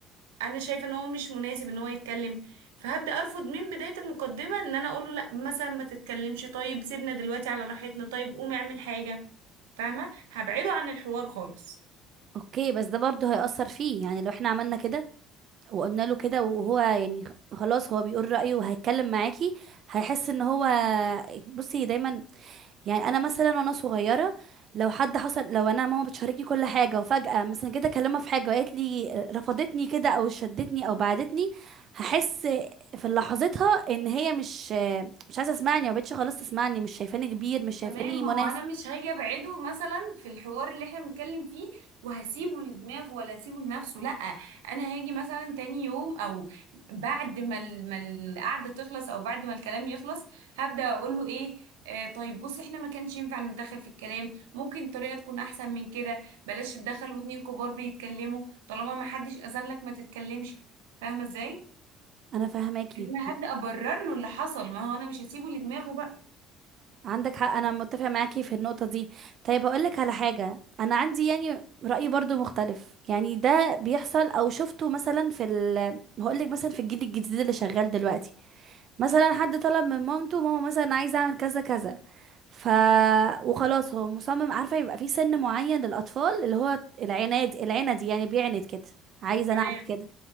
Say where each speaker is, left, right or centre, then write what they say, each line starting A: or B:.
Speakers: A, on the right; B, on the right.
A: انا شايفه ان هو مش مناسب ان هو يتكلم فهبدا ارفض من بدايه المقدمه ان انا اقول له لا مثلا ما تتكلمش طيب سيبنا دلوقتي على راحتنا طيب قوم اعمل حاجه فاهمه هبعده عن الحوار خالص
B: اوكي بس ده برضه هيأثر فيه يعني لو احنا عملنا كده وقلنا له كده وهو يعني خلاص هو بيقول رأيه وهيتكلم معاكي هيحس ان هو بصي دايما يعني انا مثلا وانا صغيرة لو حد حصل لو انا ماما بتشاركني كل حاجة وفجأة مثلا كده اكلمها في حاجة وقالت لي رفضتني كده او شدتني او بعدتني هحس في لحظتها ان هي مش مش عايزة تسمعني ما بقتش خلاص تسمعني مش شايفاني كبير مش شايفاني
A: تمام ما
B: مناسب
A: هو انا مش هاجي ابعده مثلا في الحوار اللي احنا بنتكلم فيه وهسيبه لدماغه ولا هسيبه لنفسه لا انا هاجي مثلا تاني يوم او بعد ما ال- ما القعده تخلص او بعد ما الكلام يخلص هبدا اقول له ايه آه طيب بص احنا ما كانش ينفع نتدخل في الكلام ممكن طريقه تكون احسن من كده بلاش تتدخل واتنين كبار بيتكلموا طالما ما حدش اذن لك ما تتكلمش فاهمه ازاي
B: انا فاهماكي
A: انما هبدا ابرر له اللي حصل ما هو انا مش هسيبه لدماغه بقى
B: عندك حق انا متفق معاكي في النقطه دي طيب هقول لك على حاجه انا عندي يعني راي برضو مختلف يعني ده بيحصل او شفته مثلا في ال هقول لك مثلا في الجيل الجديد اللي شغال دلوقتي مثلا حد طلب من مامته ماما مثلا عايزه اعمل كذا كذا ف وخلاص هو مصمم عارفه يبقى في سن معين للاطفال اللي هو العناد العند يعني بيعند كده عايزه
A: تمام
B: انا اعمل كده